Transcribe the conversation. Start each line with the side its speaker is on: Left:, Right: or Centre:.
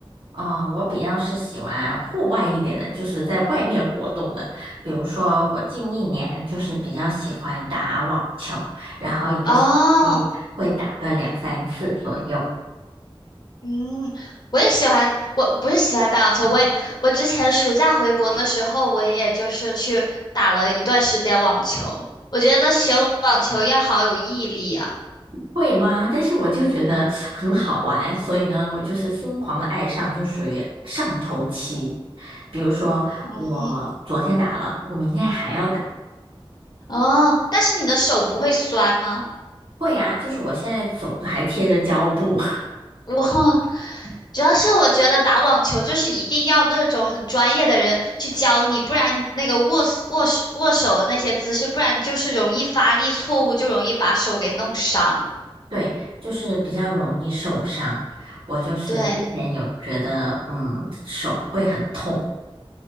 Right: 啊，我比较是喜欢户外一点的，就是在外面活动的。比如说，我近一年就是比较喜欢打网球，然后一个星期会打个两三次左右。
Left: 哦，嗯，我也喜欢，我不是喜欢打网球，我也我之前暑假回国的时候，我也就是去打了一段时间网球。我觉得学网球要好有毅力啊。
Right: 会吗？但是我就觉得很好玩，所以呢，我就是疯狂的爱上，就属于上头期。比如说，
Left: 嗯，
Right: 我昨天打了，我明天还要打。
Left: 哦，但是你的手不会酸吗？
Right: 会啊，就是我现在走的还贴着胶布，
Left: 我主要是我觉得打网球就是一定要那种很专业的人去教你，不然那个握握手握手的那些姿势，不然就是容易发力错误，就容易把手给弄伤。
Right: <laughs> 对，就是比较容易受伤。我就是之前有觉得，
Left: 对。
Right: 嗯，手会很痛。